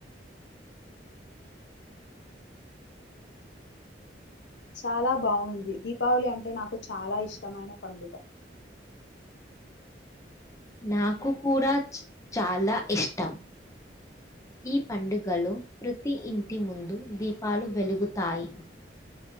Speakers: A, on the left (about 80°); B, on the left (about 15°).
A: చాలా బాగుంది. దీపావళి అంటే నాకు చాలా ఇష్టమైన పండుగ
B: నాకు కూడా చాలా ఇష్టం. ఈ పండుగలో ప్రతి ఇంటి ముందు దీపాలు వెలుగుతాయి.